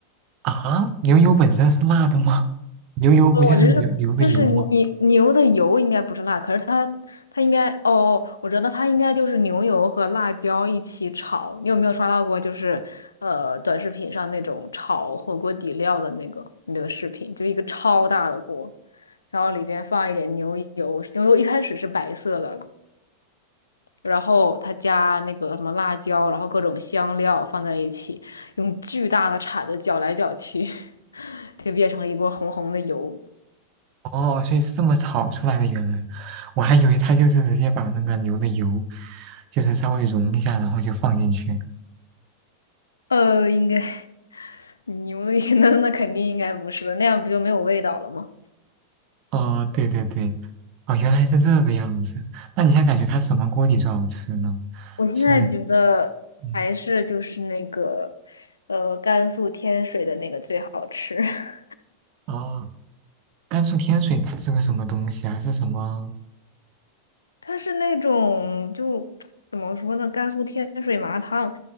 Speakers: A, on the right (about 40°); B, on the left (about 75°).
A: 啊，牛油本身是辣的吗？牛油不就是牛牛的油吗？
B: 哦，我只是就是你牛的油应该不是辣，可是它它应该哦，我觉得它应该就是牛油和辣椒一起炒。你有没有刷到过就是呃短视频上那种炒火锅底料的那个那个视频？就一个超大的锅，然后里边放一点牛油，牛油一开始是白色的，然后他加那个什么辣椒，然后各种香料放在一起，用巨大的铲子搅来搅去，<laughs> 就变成了一锅红红的油。
A: 哦，所以是这么炒出来的，原来我还以为它就是直接把那个牛的油，就是稍微融一下，然后就放进去。
B: 呃，应该牛的 <laughs> 那那肯定应该不是的，那样不就没有味道了吗？
A: 哦，对对对，哦，原来是这个样子。那你现在感觉它什么锅底最好吃呢？
B: 我现在觉得还是就是那个，
A: 是，嗯，
B: 呃，甘肃天水的那个最好吃。<laughs>
A: 哦，甘肃天水它是个什么东西啊？是什么
B: 它是那种就怎么说呢，甘肃天水麻辣烫，